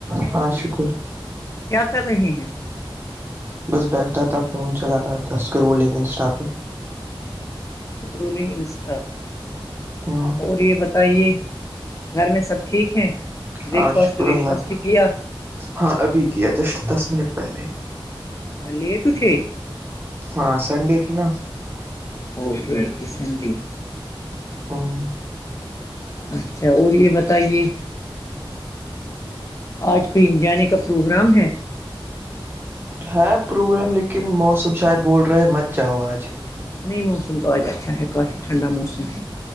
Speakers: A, on the right (about 25°); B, on the left (about 35°).
A: ہاں شکر
B: کیا کر رہے ہیں
A: بس بیٹھا تھا فون چلا رہا تھا اسکرولنگ انسٹا پہ
B: سکرولنگ انسٹاف ہے
A: ہاں
B: اور یہ بتائیے گھر میں سب ٹھیک ہے بریک
A: ہاں
B: فاسٹ
A: شکر
B: ویک
A: اللہ
B: فاسٹ
A: کا
B: کیا
A: ہاں ابھی کیا جسٹ دس منٹ پہلے
B: لیٹ اٹھ
A: ہاں سنڈے تی نہا
B: اوکےکی سنڈے
A: ہاں
B: اچھا اور یہ بتائیے آج کو ان جانے کا پروگرام ہے
A: ہے پروگرام لیکن موسم شاید بول رہے مت جاؤ آج
B: نہیں موسم تو آج اچھا ہے کافی ٹھنڈا موسم ہے